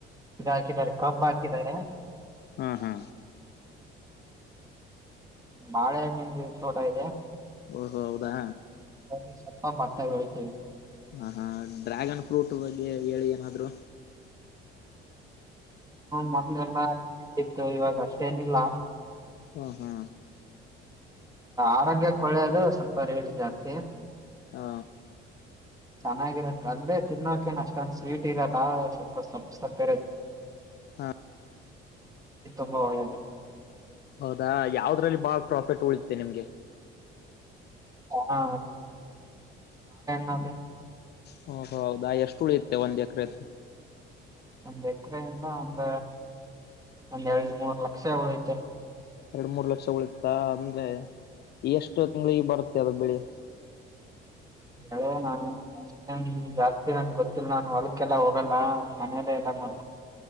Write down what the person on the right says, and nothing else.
ಇದು ಹಾಕಿದ್ದಾರೆ ಕಬ್ ಹಾಕಿದ್ದಾರೆ
ಬಾಳೆ ಹಣ್ಣಿದು ತೋಟ ಇದೆ
ಹ ಸ್ವಲ್ಪ ಭತ ಬೆಳಿತೀವಿ
ಮೊದ್ಲೆಲ್ಲಾ ಡಿಮ್ಯಾಂಡ್ ಇತ್ತು ಇವಾಗ ಅಷ್ಟೇ ನಿಲ್ಲ
ಆರೋಗ್ಯಕ್ಕೆ ಒಳ್ಳೆಯದು ಸ್ವಲ್ಪ ರೇಟ್ ಜಾಸ್ತಿ.
ಚೆನ್ನಾಗಿರುತ್ತೆ <unintelligible> ತಿನ್ನೋಕೇನ್ ಅಷ್ಟೊಂದ ಸ್ವೀಟ್ ಇರಲ್ಲ ಸಪ್ ಸಪ್ಪೆ ಇರುತೆ
ತುಂಬಾ ಒಳ್ಳೇದು
ಹಾ ಬಾಳೆಹಣ್ಣಲ್ಲಿ
ಒಂದ್ ಎಕ್ರೆಯಿಂದ ಒಂದ ಒಂದ್ ಎರಡು ಮೂರ್ ಲಕ್ಷ ಒಗ್ಯತೆ
<unintelligible> ಜಾಸ್ತಿ ನನ್ಗೆ ಗೊತ್ತಿಲ್ಲ ನಾನು ಹೊಲಕ್ಕೆಲ್ಲಾ ಹೋಗಲ್ಲ ಮನೆಯಲ್ಲ ಎಲ್ಲ ನೋಮಾಡಡ್ಕ